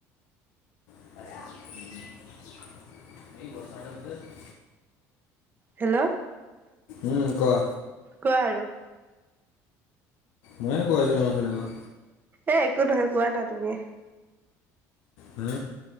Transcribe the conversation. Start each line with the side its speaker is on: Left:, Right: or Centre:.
Left: <unintelligible>
Right: হেল্ল'
Left: উম কোৱা।
Right: কোৱা আৰু।
Left: ময়ে কৈ আছোচোন অথনি পৰা।
Right: এ একো নহয় কোৱা না তুমিয়ে।
Left: হু?